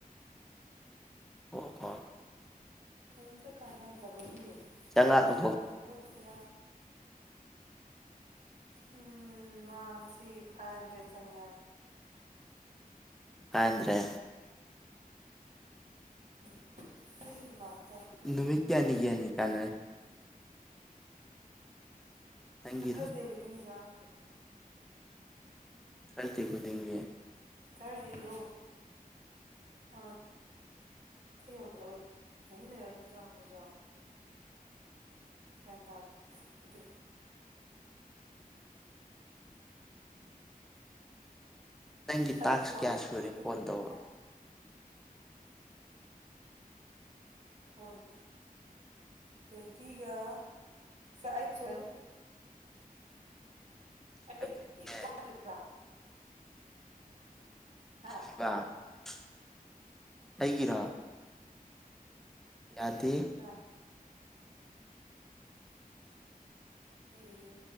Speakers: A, in the centre; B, on the right.
A: ꯑꯣ ꯑ
B: ꯀꯔꯤꯝꯇ ꯀꯥꯟꯅꯗꯕꯒꯤꯅꯦ
A: ꯆꯪꯉꯛꯑꯕꯣ
B: ꯁꯨꯝ ꯑꯩꯈꯣꯏꯗ ꯍꯤꯗꯥꯛ ꯎꯝ ꯃꯥ ꯉꯁꯤ ꯐꯥꯏꯚ ꯍꯟꯗ꯭ꯔꯦꯗ ꯆꯪꯉꯦ
A: ꯑꯗ꯭ꯔꯦ
B: ꯎꯝ ꯑꯩꯒꯤ ꯄꯥꯠꯇ ꯇꯣꯟꯗ꯭ꯔꯒ
A: ꯅꯨꯃꯤꯠ ꯀꯌꯥꯅꯤ
B: ꯈꯔꯁꯨ
A: ꯀꯌꯥꯅꯤ
B: ꯉꯝꯃꯤꯉ
A: ꯀꯥꯟꯅ ꯅꯪꯒꯤ
B: ꯊꯥꯔꯁ ꯗꯦ ꯈꯨꯨꯗꯤꯡ ꯖꯥꯡ
A: ꯀꯜꯇ ꯀꯨꯗꯤꯦ
B: ꯈꯔꯗꯦ ꯑꯗꯨ ꯑ ꯌꯧ ꯌꯥꯎꯋꯦ ꯅꯣꯡꯃꯤ ꯂꯩꯔ ꯑꯗꯨꯝꯖꯄꯖ ꯒ꯭ꯌꯥꯟ ꯇꯔ ꯑꯗꯨ
A: ꯅꯪꯒꯤ
B: ꯑꯩꯒꯤ
A: ꯇꯥꯛꯁ
B: ꯋꯥꯈꯜꯒꯤ
A: ꯀꯌꯥ ꯁꯨꯔꯦ
B: ꯃꯇꯨꯡ
A: ꯀꯣꯟ
B: ꯏꯟꯅꯅꯦ
A: ꯇꯧꯕ
B: ꯐꯣꯔꯅꯤ ꯇ꯭ꯋꯦꯟꯇꯤꯒ ꯁ ꯑꯩꯠ ꯁꯨꯨꯔꯅꯤ
A: ꯇꯧꯕ
B: ꯑꯩ ꯌꯥꯗ꯭ꯔꯤꯕ꯭ꯔꯥ ꯍꯥ
A: <inaudible> <inaudible> ꯇꯒꯔꯥ ꯌꯥꯗꯦ
B: ꯑꯥ ꯑꯩꯒꯤꯗꯤ